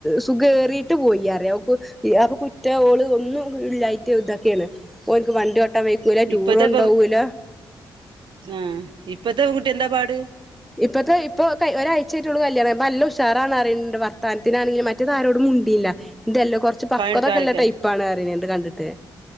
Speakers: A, in the centre; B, on the right.
A: സുഖേറീട്ട് പോയിഅറ്യ ഓക്ക് അപ്പൊ റ്റേ ഓള് ഒന്നും ല്ലായിറ്റ് തൊക്കേണ് ഓൻക്ക് വണ്ട്യോട്ടാൻ വൂല ടൂറൊണ്ടോവൂല
B: ഇപ്പത്തെ പെൺ ആഹ് ഇപ്പത്തകുട്ട്യന്താ പാട്
A: ഇപ്പത്തെ ഇപ്പൊ ഒരാഴ്ച്ചായിട്ടൊള്ളൂ കല്യാണം പ ല്ല ഉഷാറാണ് റിണ്ട് വർത്തത്തിനാണെങ്കിലും റ്റത് ആരോടും മുണ്ടില്ല തെല്ല കൊർച്ച് പക്ക്വതൊക്കെള്ള
B: പണിയെടുക്കാനൊക്കെ
A: ടൈപ്പാണ് റിണ്ണ്ണ്ട് കണ്ടിട്ട്